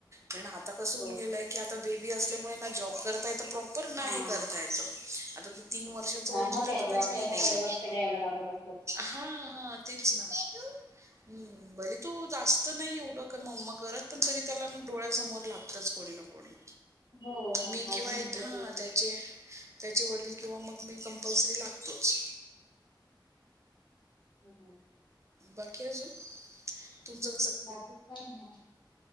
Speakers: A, on the right (about 35°); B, on the left (about 75°).
A: पण आता कसं
B: हो
A: होऊन गेलंय की आता बेबी असल्यामुळे ना? जॉब करताय तर प्रॉपर नाही
B: हा
A: हे करता येत. आता ते तीन वर्षाच होईपर्यंत
B: नाही ना त्या
A: तरी काही
B: त्याच्याकडे
A: नाही आहे.
B: लक्ष द्यायला लागत असं
A: हा हा. तेच ना. हम्. भले तू जास्त नाही एवढं कमव. म घरात पण तरी त्याला डोळ्यासमोर लागतच कोणी ना कोणी.
B: हो
A: मी
B: आई
A: किंवा
B: म्हटलं
A: य हा
B: ते
A: आता- त्याचे वडील किंवा मग मी कंपल्सरी लागतोच.
B: हम.
A: बाकी अजून? तुमच-
B: बाकीच काय नाही.